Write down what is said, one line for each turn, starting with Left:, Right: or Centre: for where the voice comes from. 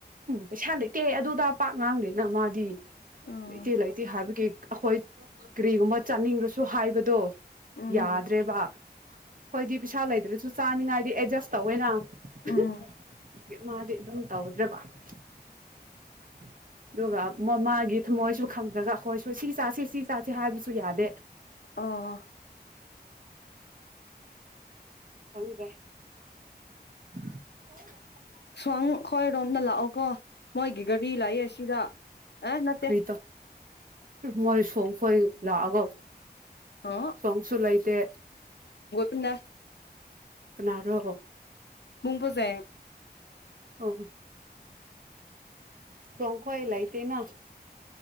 Right: ꯑꯩꯩ ꯁꯥꯟꯗꯩ ꯀꯦ ꯑꯗꯨꯗ ꯄꯥꯛ ꯉꯥꯡꯗꯦꯅ ꯃꯥꯗꯤ
Left: ꯎꯝ
Right: ꯏ ꯏ ꯂ ꯏ ꯍꯥꯕꯒꯤ ꯑꯩꯈꯣꯏ ꯀꯔꯤꯒꯨꯝꯕ ꯆꯥꯅꯤꯡꯕ꯭ꯔꯁꯨ ꯍꯥꯏꯕꯗꯣ
Left: ꯎꯝ
Right: ꯌꯥꯗ꯭ꯔꯦꯕ ꯍꯣꯏꯗꯤ ꯄꯩꯁꯥ ꯂꯩꯗ꯭ꯔꯁꯨ ꯆꯥꯅꯤꯡꯉꯥꯏꯗꯤ ꯑꯦꯗꯖꯁ ꯇꯧꯋꯅ <unintelligible>
Left: ꯎꯝ
Right: ꯃꯥꯗꯤ ꯑꯗꯨꯝ ꯇꯧꯗ꯭ꯔꯕ ꯑꯗꯨꯒ ꯃꯃꯥꯒꯤ ꯊꯃꯣꯏꯁꯨ ꯈꯪꯗ꯭ꯔꯒ ꯑꯩꯈꯣꯏꯁꯨ ꯁꯤ ꯆꯥꯁꯦ ꯁꯤ ꯆꯥꯁꯦ ꯍꯥꯏꯕꯁꯨ ꯌꯥꯗꯦ
Left: ꯑ
Right: ꯍꯪ ꯍ <unintelligible>
Left: ꯁꯨꯍꯪ ꯑꯩꯣꯏꯔꯣꯝꯗ ꯂꯥꯛꯑꯣ ꯀꯣ ꯃꯣꯏꯒꯤ ꯒꯥꯔꯤ ꯂꯥꯛꯑꯌꯦ ꯑꯁꯤꯗ ꯑ ꯃꯠꯇꯦ
Right: ꯀꯔꯤꯇꯣ ꯃꯣꯏ ꯁꯣꯡ ꯈꯣꯏ ꯂꯥꯛꯑꯒ
Left: ꯑꯣ
Right: ꯁꯣꯡꯁꯨ ꯂꯩꯇꯦ
Left: ꯟꯗ
Right: ꯀꯅꯥꯔꯣ
Left: ꯨꯡꯕꯨꯖꯦ
Right: ꯑꯣ ꯍꯣ ꯁꯪꯈꯋꯥꯑ ꯂꯥꯏ ꯇꯅ